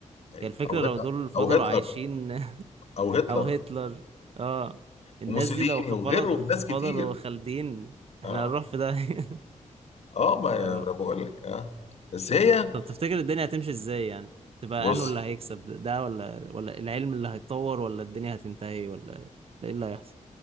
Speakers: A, on the left; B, on the right.
A: طيب
B: هي الفكرة
A: او
B: لو
A: هت-
B: دول فضلوا
A: او هتلر
B: عايشين
A: او
B: <laughs>
A: هتلر
B: او هتلر اه الناس
A: وموسوليني
B: دي لو خ-
A: وغيره
B: فضل-
A: من ناس
B: فضلوا
A: كتير
B: خالدين
A: اه
B: احنا هنروح في ده <laughs>
A: اه ما
B: اه
A: انا بقول لك اه بس هي
B: طب تفتكر الدنيا هتمشي ازاي يعني تبقى
A: بص
B: انه اللي هيكسب ده ولا ولا العلم اللي هيتطور ولا الدنيا هتنتهي ولا ايه اللي هيحصل